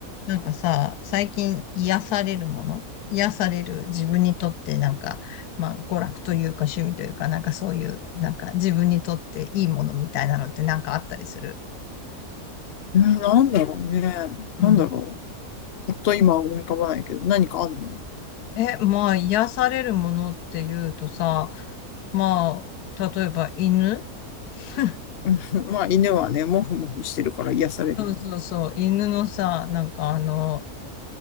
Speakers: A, on the left; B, on the left.
A: なんかさ、最近癒されるもの癒される自分にとってなんか、まあ娯楽というか趣味というか、なんかそういう、なんか自分にとっていいものみたいなのってなんかあったりする
B: うん、なんだろうね。
A: うん。
B: なんだろう。パっと今は思い浮かばないけど、何かあんの
A: え、まあ癒されるものっていうとさ、まあ、例えば犬 <laughs>
B: うんまあ、犬はね、もふもふしてるから癒されるよね。
A: そうそうそう、犬のさ、なんかあの、